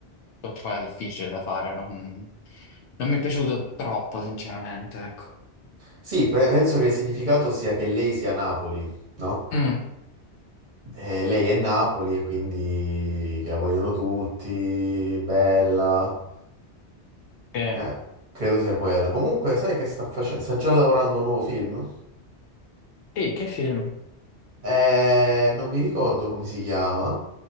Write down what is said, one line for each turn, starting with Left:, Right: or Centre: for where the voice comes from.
Left: l'ho trovata difficile da fare, non, non mi è piaciuto troppo, sinceramente, ecco.
Right: Sì, pe- penso che il significato sia che lei sia Napoli, no?
Left: Mm,
Right: E lei è Napoli e quindi che la vogliono tutti, bella.
Left: sì.
Right: Eh, credo sia quella. Comunque, sai che sta facendo? Sta già lavorando a un nuovo film?
Left: Sì, che film?
Right: Eh, non mi ricordo come si chiama,